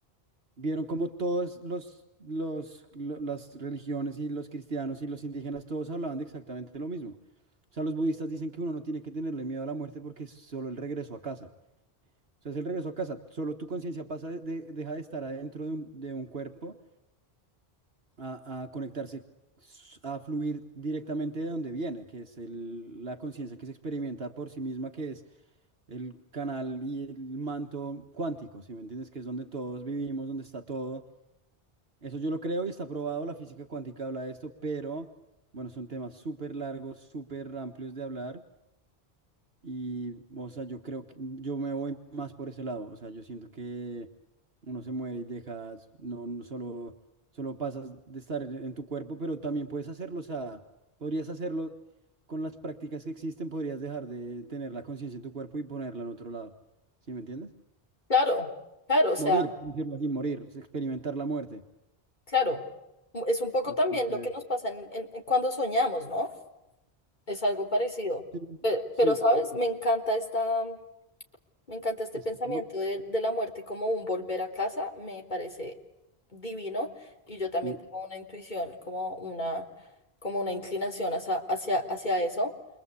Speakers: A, on the right; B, on the left.
A: Vieron como todas los, los, lo- las religiones y los cristianos y los indígenas, todos hablaban de exactamente lo mismo. O sea, los budistas dicen que uno no tiene que tenerle miedo a la muerte porque es solo el regreso a casa. O sea, es el regreso a casa. Solo tu conciencia pasa de- de- deja de estar adentro de un, de un cuerpo a, a conectarse, s- a fluir directamente de donde viene, que es el- la conciencia que se experimenta por sí misma, que es el canal y el manto cuántico, si me entiendes? Que es donde todos vivimos, donde está todo. Eso yo lo creo y está probado, la física cuántica habla de esto, pero bueno, son temas súper largos, súper amplios de hablar. Y, o sea, yo creo que yo me voy más por ese lado. O sea, yo siento que uno se muere y dejas, no, no solo, solo pasas de estar en en tu cuerpo, pero también puedes hacerlo. O sea, podrías hacerlo con las prácticas que existen, podrías dejar de tener la conciencia en tu cuerpo y ponerla en otro lado. ¿Sí me entiendes?
B: claro, claro, o sea,
A: Morir, por decirlo así, morir, es experimentar la muerte.
B: claro. Es un poco
A: Entonces,
B: también lo que nos pasa en- en- cuando soñamos, ¿no? Es algo parecido.
A: sí,
B: Pe-
A: sí,
B: Pero, ¿sabes? Me encanta esta, mm, me encanta este
A: este,
B: pensamiento
A: ¿no?
B: de, de la muerte como un volver a casa. Me parece divino. Y yo también
A: Sí,
B: tengo una intuición, como una, como una inclinación hacia, hacia, hacia eso.